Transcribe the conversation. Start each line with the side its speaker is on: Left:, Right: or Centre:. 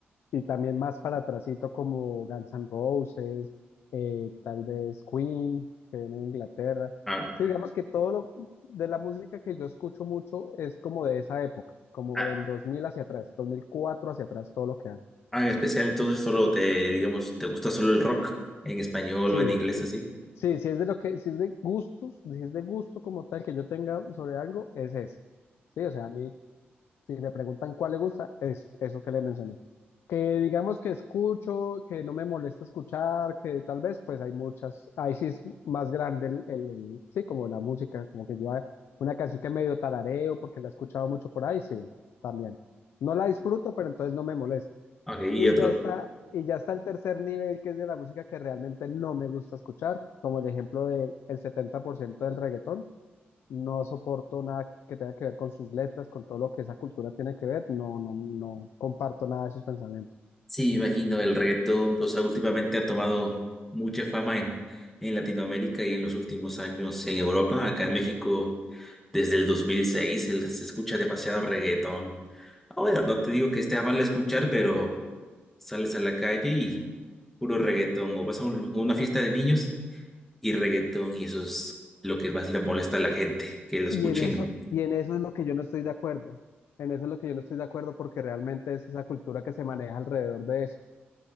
Left: y también más para atrasito como Guns N' Roses, eh, tal vez Queen, que viene de Inglaterra.
Centre: Ah,
Left: Sí, digamos que todo lo de la música que yo escucho mucho es como de esa época, como
Centre: ah,
Left: del 2000 hacia atrás, 2004 hacia atrás, todo lo que dan.
Centre: ah, en especial entonces solo te, digamos, te gusta solo el rock en español
Left: Sí,
Centre: o en inglés
Left: sí,
Centre: así.
Left: sí, si es de lo que, si es de gustos, si es de gusto como tal que yo tenga sobre algo, es ese. Sí, o sea, a mí si me preguntan cuál le gusta, es eso que le mencioné. Que digamos que escucho, que no me molesta escuchar, que tal vez pues hay muchas, ahí sí es más grande el, el- el- sí, como la música, como que yo una canción que medio tarareo porque la he escuchado mucho por ahí, sí, también. No la disfruto, pero entonces no me molesta.
Centre: Ok, y
Left: Y
Centre: otro.
Left: ya está, y ya está el tercer nivel que es de la música que realmente no me gusta escuchar, como el ejemplo del el 70% del reggaetón no soporto nada que tenga que ver con sus letras, con todo lo que esa cultura tiene que ver. No, no, no comparto nada de sus pensamientos.
Centre: Sí, imagino, el reggaetón, o sea, últimamente ha tomado mucha fama en, en Latinoamérica y en los últimos años en Europa. Acá en México, desde el 2006, el- se escucha demasiado reggaetón. Ah, Bueno, no te digo que esté mal escuchar, pero sales a la calle y puro reggaetón, o vas a un- una fiesta de niños y reggaetón, y eso es lo que más le molesta a la gente, que lo
Left: Y
Centre: escuchen.
Left: en eso, y en eso es lo que yo no estoy de acuerdo. En eso es lo que yo no estoy de acuerdo porque realmente es esa cultura que se maneja alrededor de eso.